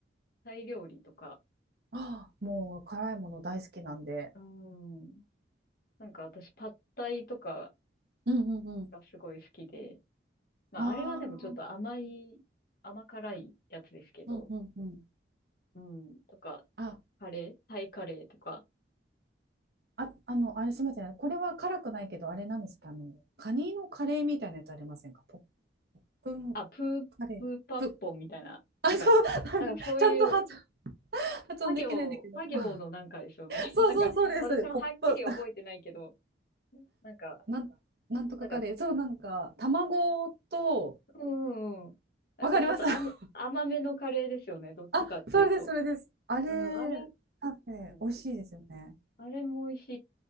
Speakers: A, on the left (about 55°); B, on the right (about 60°).
A: タイ料理とか、
B: あーもう辛いもの大好きなんで。
A: うん、なんか私パッタイとか
B: うんうんうん。
A: がすごい好きで、まああれはでもちょっと甘い、
B: ああ、
A: 甘辛いやつですけど、
B: うんうんうん。
A: うん、とか、
B: あ、
A: カレー、タイカレーとか、
B: あ、あの、あれすみません。これは辛くないけど、あれなんですか、あの、カニのカレーみたいなやつありませんかポップン
A: あ、プー、
B: カレー。
A: プーパッポンみたいな、
B: プ、あ、
A: なんか、
B: そう、<laughs>
A: なんかそういう、
B: ちゃんと発、発音できないんだけど。
A: パ行、パ行のなんかでしょうね。
B: <laughs> そうそうそうです、
A: <laughs> なんか、私もはっきり覚えてないけど、
B: そうです。ポップ。
A: なんか、
B: なん、なんとかカレー。
A: なんか、
B: そう、なんか、卵と、
A: うんうんうん。なんかちょっと甘、
B: わかります <laughs>
A: 甘めのカレーですよね。どっちかっていうと。
B: あ、それです、それです。あれ、
A: うん、あれ、
B: カフェ、
A: うん
B: 美味しいですよね。
A: あれも美味し